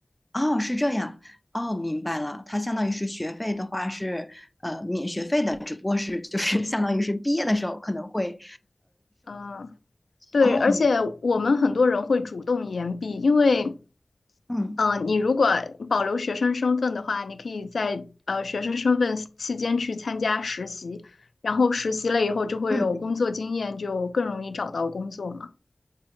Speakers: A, in the centre; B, on the left (about 80°).
A: 哦，是这样。哦，明白了。它相当于是学费的话是呃免学费的，只不过是就是相当于是毕业的时候可能会
B: 嗯，对，
A: 哦明
B: 而且我们很多人会主动延毕，因为
A: 嗯
B: 嗯，你如果保留学生身份的话，你可以在呃学生身份期间去参加实习，然后实习了以后就会有工作经验，
A: 嗯
B: 就更容易找到工作嘛。